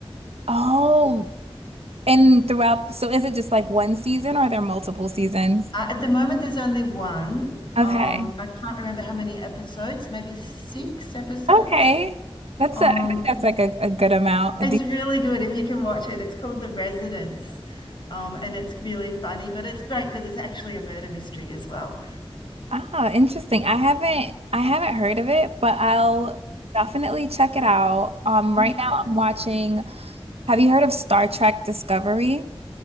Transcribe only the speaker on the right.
oh, and throughout, so is it just like one season or are there multiple seasons?
Okay.
Okay. That's
a, I think that's like a, a good amount.
The-
ah, interesting. I haven't I haven't heard of it, but I'll definitely check it out. Um, right
now I'm watching, have you heard of Star Trek Discovery?